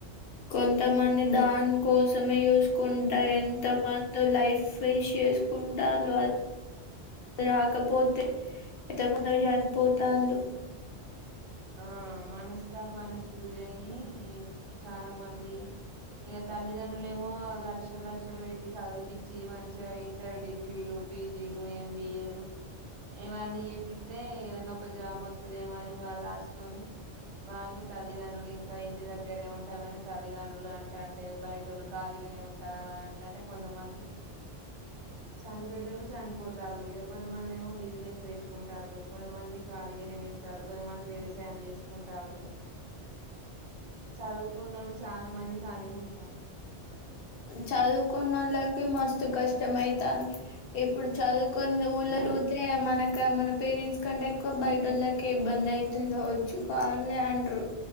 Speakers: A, on the left (about 60°); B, on the right (about 80°).
A: కొంతమంది దాని కోసమే చూసుకుంటా ఎంతమంది లైఫ్ వేస్ట్ చేసుకుంటల రాకపోతే ఎంతమంది చనిపోతలు
B: ఆ మనస్తాపానికి గురి అయ్యి చాలా మంది ఇక తల్లిదండ్రులు ఏమో లక్షల లక్షలు పే టి సదువపిచి మంచిగా ఇ డిగ్రీలు పిజీలు ఎంబీఏలు ఇవన్నీ చేపిస్తే ఏదైన్న ఒక జాబ్ వస్తుదేమోని వలాశతోని వాలు తల్లితండ్రులు డి ఇంక ఇంటి దగ్గరనే ఉంటాలని తల్లిదండ్రులు అంట అంటే బయటోలు ఖాళీగానే ఉంటారుని అంటంటే కొంతమంది చనిపెట్టళు చనిపోతారుళ ఇక కొంతమంది ఏమో బిజినెస్ పెట్టుకుంటారుు కొంతమంది ఖాళీగానే వింటారు కొంతమంది వ్యవసాయం చేసుకుంటారు చదువుకున్నళ్ళు చాలా మంది కలిగా ఉంటాలు
A: చదువుకున్నళ్ళకి మస్తు కష్టం అయితంది ఇప్పుడు చాద్ కొన్ని ఊర్లో
B: ఉమ్
A: తిరుగుతే మనకి మన పేరెంట్స్ కంటే బయటళ్ళక ఇబ్బంది అయితే కావచ్చు వాళ్ళే అంటరు